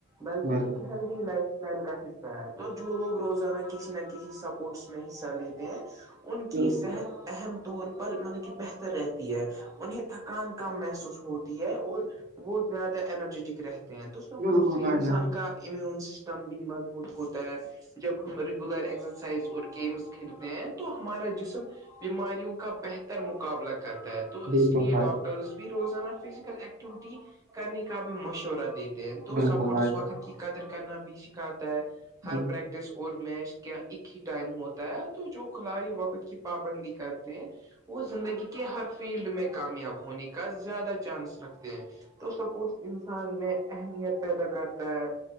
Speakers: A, on the right (about 15°); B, on the right (about 45°).
A: بلکہ
B: بالکل
A: ایک ہی لائف اسٹائل کا حصہ ہے تو جو لوگ روزانہ کے کسی نہ کسی سپورٹس میں حصہ لیتے ہیں ان
B: بالکل
A: کی صحت
B: بھائی
A: اہم طور پر مطلب کہ بہتر رہتی ہے انہیں تھکان کم محسوس ہوتی ہے اور وہ زیادہ انرجیٹک رہتے ہیں تو سب
B: بالکل
A: سے
B: بھائی
A: انسان
B: جان
A: کا امیون سسٹم بھی مضبوط ہوتا ہے جب ہم ریگولر ایکسرسائز اور گیمس کھیلتے ہیں تو ہمارا جسم بیماریوں کا بہتر مقابلہ کرتا ہے تو
B: بالکل
A: اس لیے
B: بھائی
A: ڈاکٹرز بھی روزانہ فزیکل ایکٹیوٹی کرنے کا بھی مشورہ دیتے تو
B: بالکل
A: سپورٹس
B: بھائی
A: وقت
B: جان
A: کی قدر کرنا بھی سکھاتا ہے ہر
B: بالکل
A: پریکٹس اور میش کیا ایک ہی ٹائم ہوتا ہے تو جو کھلااری وقت کی پابندی کرتے ہیں وہ زندگی کے ہر فیلڈ میں کامیاب ہونے کا زیادہ چانس رکھتے ہیں تو سپورس انسان میں اہمیت پیدا کرتا ہے